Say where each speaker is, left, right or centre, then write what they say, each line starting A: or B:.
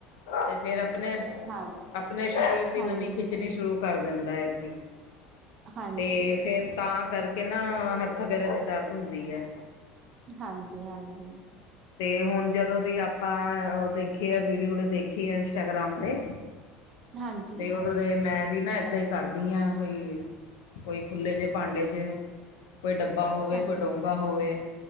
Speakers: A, on the left; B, on the right.
A: ਤੇ ਫਿਰ ਆਪਣੇ
B: ਹਾਂ,
A: ਆਪਣੇ ਸਰੀਰ ਦੀ
B: ਹਾਂਜੀ।
A: ਨਵੀਂ ਖਿੱਚਣੀ ਸ਼ੁਰੂ, ਕਰ ਦਿੰਦਾ ਏਸੀ
B: ਹਾਂਜੀ,
A: ਤੇ ਫੇਰ ਤਾਂ ਕਰਕੇ,, ਤੇ ਨਾਂ ਹੱਥਾ ਪੈਰਾਂ ਚ ਦਰਦ ਹੁੰਦੀ ਐ,
B: ਹਾਂਜੀ ਹਾਂਜੀ,
A: ਤੇ ਹੁਣ, ਜਦੋਂ ਦੀ ਆਪਾਂ ਦੇਖੀਏ ਵੀਡੀਓ ਵੀਡੀਓ ਦੇਖੀਆ ਇੰਸਟਾਗ੍ਰਾਮ ਤੇ
B: ਹਾਂਜੀ,
A: ਤੇ ਉਦੋਂ ਮੈਂ ਵੀ ਨਾ, ਇਏਦਾਂ ਹੀ ਕਰਦੀ ਹਾਂ ਵਾਈ ਕੋਈ ਖੁੱਲੇ ਜਿਹੇ ਭਾਂਡੇ ਚ ਕੋਈ ਡੱਬਾ ਹੋਵੇ
B: ਹਾਂਜੀ,
A: ਕੋਈ ਡੋਂਗਾ ਹੋਵੇ